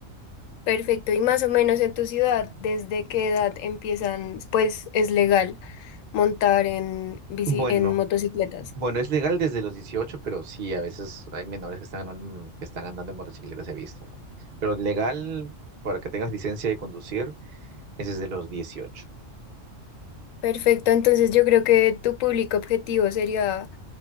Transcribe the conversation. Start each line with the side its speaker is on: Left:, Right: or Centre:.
Left: Perfecto, y más o menos en tu ciudad, ¿desde qué edad empiezan, pues es legal montar en bici,
Right: Bueno,
Left: en motocicletas?
Right: bueno, es legal desde los 18, pero sí, a veces hay menores que están, mm, que están andando en motocicletas, he visto, ¿no? Pero legal para que tengas licencia de conducir es desde los 18.
Left: Perfecto, entonces yo creo que tu público objetivo sería